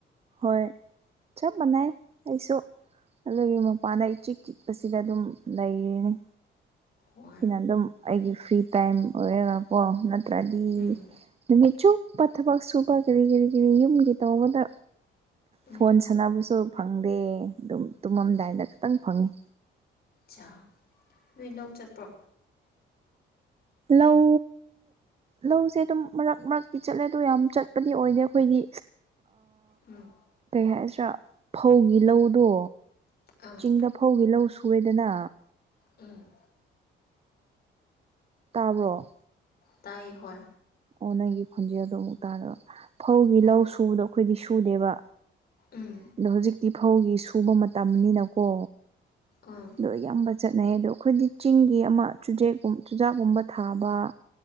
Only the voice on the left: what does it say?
ꯍꯣꯏ
ꯎꯝ
ꯎꯝ
ꯆꯥ ꯅꯣꯏ ꯂꯧ ꯆꯠꯄ꯭ꯔꯣ
ꯎꯝ
ꯑꯥ
ꯎꯝ
ꯇꯥꯏ ꯍꯣꯏ
ꯑꯣ
ꯎꯝ
ꯑꯥ